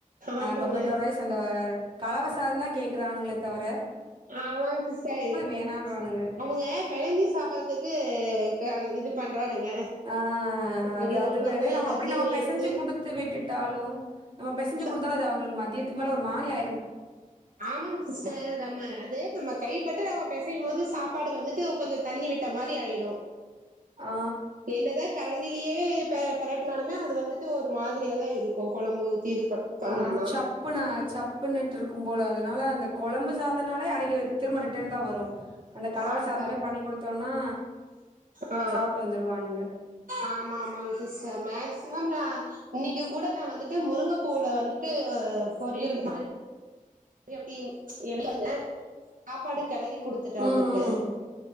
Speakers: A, on the right; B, on the right.
A: ஆமாங்க
B: டொமேட்டோ ரைஸ் அந்த கலவசாதந்தா கேக்குறானுங்களே தவர
A: ஆமாங்க சிஸ்டர் எந்திச்
B: வேணான்றானுங்க
A: அவங்க பெழஞ்சி சாப்பறதுக்கு இது பண்றானுங்க
B: ஆ அது
A: ஐயோ
B: அது
A: அங்க
B: வே
A: போய்
B: நம்ம
A: எல்லாத்தையு
B: அப்படி நம்ம பெசஞ்சு
A: எடுத்து
B: குடுத்து விட்டுட்டாலு நம்ம பெசஞ்சு
A: ச
B: கொடுத்தாலு அது அவங்களுக்கு மதியதுக்கு மேல ஒரு மாரியா
A: ஆமாங்க சிஸ்டர் நம்ம அது நம்ம கைப்பட்டு ரம்ம பெசையும் போது சாப்பாடு வந்துட்டு கொஞ்ச தண்ணி விட்ட மாரி ஆயிடு
B: ஆ
A: என்னதா கரண்ட் இலயே பெரட்னாலுமே அது வந்துட்டு ஒரு மாதிரியா தா இருக்கு கொழம்பு இது ப பண்ணோம்னா
B: ஆ சப்புனா சப்புன்னுட்டு இருக்கும் போல அதனால அந்த கொழம்பு சாதனாலே அடக்கி திரும்ப ரிட்டர்ன் தா வரு அந்த கலவசாதமே
A: அத அத
B: பண்ணி கொடுத்தோம்னா
A: ஆ
B: சாப்ட்டு வந்துருவானுங்க
A: ஆமா ஆமாங்க சிஸ்டர் மேக்சிமம் நா இன்னைக்கு கூட நா வந்துட்டு முருங்கைப்பூல வந்துட்டு பொரியல் மாரி எப்டி என்னக்குங்க சாப்பாடு கெளரி குடுத்துட்டே அவனுக்கு
B: ம் ம்